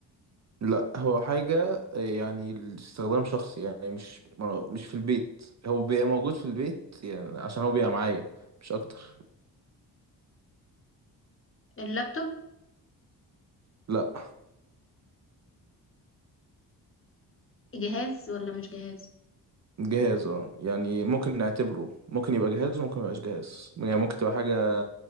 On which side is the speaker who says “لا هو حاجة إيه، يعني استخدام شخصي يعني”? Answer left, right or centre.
Right